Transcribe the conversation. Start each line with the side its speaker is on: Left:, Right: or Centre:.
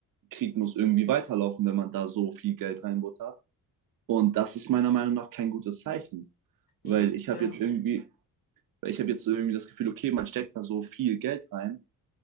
Right: Krieg muss irgendwie weiterlaufen, wenn man da so viel Geld reinbuttert. Und das ist meiner Meinung nach kein gutes Zeichen,
Left: Nee,
Right: weil
Left: das ist
Right: ich habe
Left: ja
Right: jetzt irgendwie, ich habe jetzt irgendwie das Gefühl, okay, man steckt da so viel Geld rein